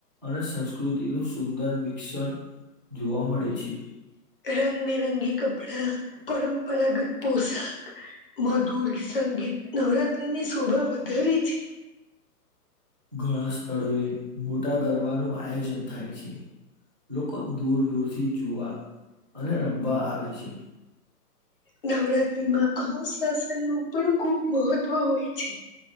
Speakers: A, on the right; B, on the left.
A: અને સંસ્કૃતિનું સુંદર મિક્ષણ જોવા મળે છે.
B: રંગબેરંગી કપડા, પરંપરાગત પોશાક મધુર સંગીત નવરાત્રિની શોભા વધારે છે.
A: ઘણા સ્થળોએ મોટા ગરબાનું આયોજન થાય છે. લોકો દૂર-દૂર થી જોવા અને રમવા આવે છે.
B: નવરાત્રીમાં અનુશાસન નું પણ ખુબ મહત્વ હોય છે.